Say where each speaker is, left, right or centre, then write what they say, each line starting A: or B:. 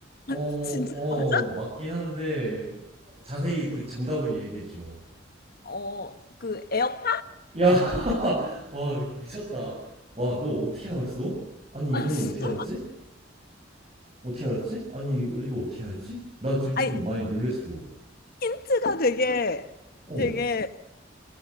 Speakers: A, on the right (about 35°); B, on the left (about 50°).
A: 어
B: 아, 진짜 맞아?
A: 맞긴 한데 자세히 그 정답을 얘기해줘.
B: 어, 그 에어팟?
A: 야, <laughs> 와, 미쳤다. 와, 너 어떻게 알았어? 아니, 이거는
B: 아, 진짜?
A: 어떻게 알았지? 어떻게 알았지? 아니, 이거 이거 어떻게 알았지? 나 지금
B: 아니,
A: 좀 많이 놀랬어.
B: 힌트가 되게
A: 어.
B: 되게